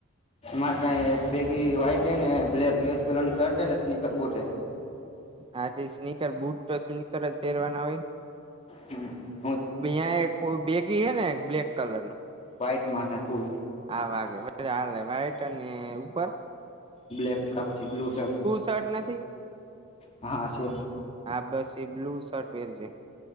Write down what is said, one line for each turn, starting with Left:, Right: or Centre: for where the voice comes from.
Left: માર પાહે એક બેગી વ્હાઈટ હે ને બ્લેક <unintelligible> પહેરવાન શર્ટ હે ને સ્નીકર બુટ હે.
Right: હા તે સ્નીકર બુટ તો સ્નીકર જ પહેરવાના હોય.
Left: હમ હમ
Right: મેં આ એક કોઈ બેગી હે એક બ્લેક કલર નું.
Left: વ્હાઈટ માં હે ફૂલ.
Right: હા વાગે <unintelligible> હાલે વાાઈટ અને ઉપર?
Left: બ્લેક કા પછી બ્લુ શર્ટ,
Right: શર્ટ નથી
Left: હા હા છે.
Right: હા બસ એ બ્લુ શર્ટ પેરજે.